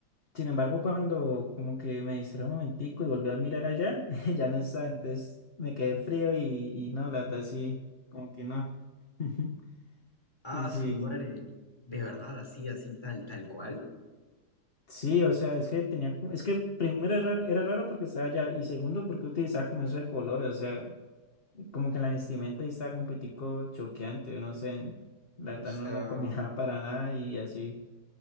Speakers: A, on the left; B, on the left.
A: Sin embargo, cuando como que me distraí un momentico y volví a mirar allá, <laughs> ya no está. entonces me quedé frío y, y no, la verdad sí, como que no. <laughs>
B: Ah,
A: Y sí,
B: su madre. De verdad, así, así, tal, tal cual.
A: sí, o sea, es que tenía, como- es que primero era, era raro porque estaba allá y segundo porque utilizaba como eso de colores, o sea, como que en la vestimenta ahí estaba como un poquitico choqueante, no sé, la verdad
B: O sea,
A: no, no combinaba para nada y así.